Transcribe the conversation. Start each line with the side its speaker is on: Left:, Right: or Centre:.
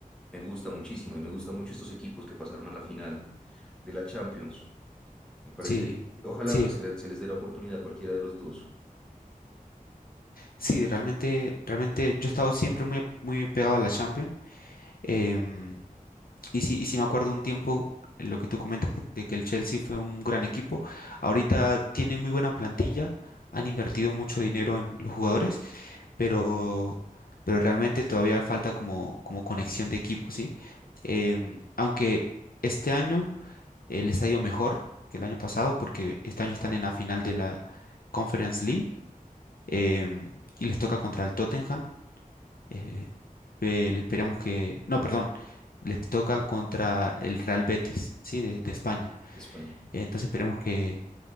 Centre: me gusta muchísimo y me gustan mucho estos equipos que pasaron a la final de la Champions. Me parece,
Left: sí.
Centre: ojalá
Left: Sí,
Centre: pues se le- se les dé la oportunidad a cualquiera de los dos
Left: Sí, realmente, realmente yo he estado siempre muy, muy pegado a la Champions. em, y sí, y sí me acuerdo un tiempo eh, lo que tú comentas de que el Chelsea fue un gran equipo. Ahorita tiene muy buena plantilla, han invertido mucho dinero en los jugadores, pero, pero realmente todavía falta como, como conexión de equipo, ¿sí? Em, aunque este año eh, les ha ido mejor que el año pasado, porque este año están en la final de la Conference League. em, y les toca contra el Tottenham eh, eh, le esperamos que. No, perdón. Les toca contra el Real Betis, sí, de, de España.
Centre: de España.
Left: Entonces esperemos que.